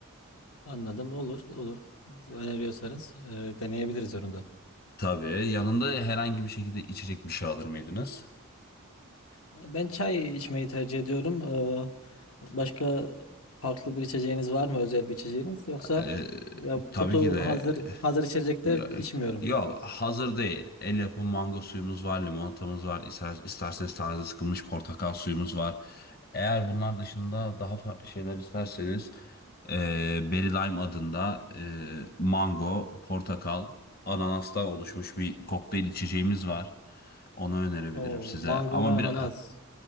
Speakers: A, on the left; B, on the left.
A: Anladım, olur, olur. Öneriyorsanız e, deneyebiliriz onu da.
B: Tabii. Yanında herhangi bir şekilde içecek bir şey alır mıydınız?
A: Ben çay içmeyi tercih ediyorum. Ee, başka farklı bir içeceğiniz var mı, özel bir içeceğiniz? Yoksa
B: E,
A: ya
B: tabii
A: kutu
B: ki de
A: hazır hazır içecekler
B: Ya,
A: içmiyorum.
B: yok hazır değil. El yapımı mango suyumuz var, limonatamız var. İster, isterseniz taze sıkılmış portakal suyumuz var. Eğer bunlar dışında daha farklı şeyler isterseniz e, Berry Lime adında e, mango, portakal, ananastan oluşmuş bir kokteyl içeceğimiz var. Onu önerebilirim
A: O
B: size.
A: mango
B: Ama
A: ve ananas.
B: bir